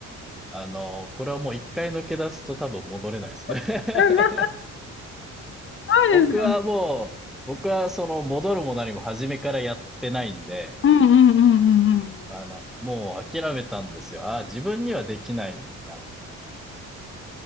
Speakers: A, in the centre; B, on the left.
A: あの、これはもう一回抜け出すと多分戻れないですね。
B: <laughs>
A: <laughs>
B: うんやばいですよね。
A: 僕はもう、僕はその戻るも何も初めからやってないんで、
B: うんうんうんうん
A: あの、もう諦めたんですよ。ああ、自分にはできないなって。